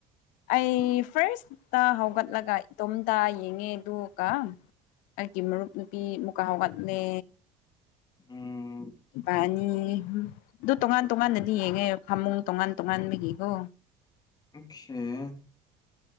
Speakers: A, on the left; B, on the left.
A: ꯑꯩ ꯐꯥꯔꯁꯇ ꯍꯧꯒꯠꯂꯒ ꯏꯇꯣꯝꯇ ꯌꯦꯡꯉꯦ ꯑꯗꯨꯒꯒ ꯑꯩꯒꯤ ꯃꯔꯨꯞ ꯅꯨꯄꯤ ꯃꯨꯛꯀꯥ ꯋꯥꯠꯅꯦ
B: ꯎꯝ
A: ꯏꯄꯥ ꯑꯅꯤ ꯑꯗꯨ ꯇꯣꯉꯥꯟ ꯇꯣꯉꯥꯟꯅꯗꯤ ꯌꯦꯡꯉꯦ ꯐꯃꯨꯡ ꯇꯣꯉꯥꯟ ꯇꯣꯉꯥꯟꯕꯒꯤꯀꯣ
B: <unintelligible> ꯁꯦ